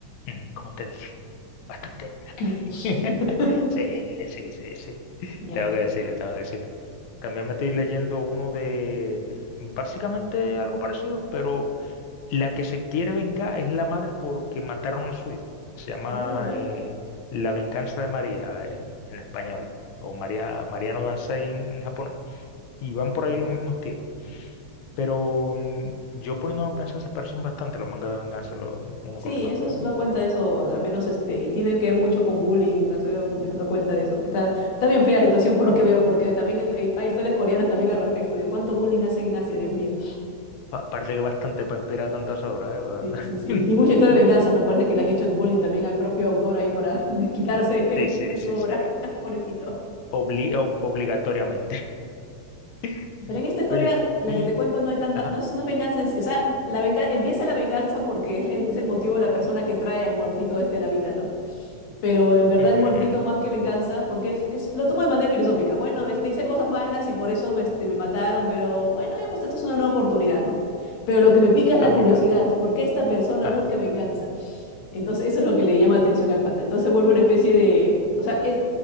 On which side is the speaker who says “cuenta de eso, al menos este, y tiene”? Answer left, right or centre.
Left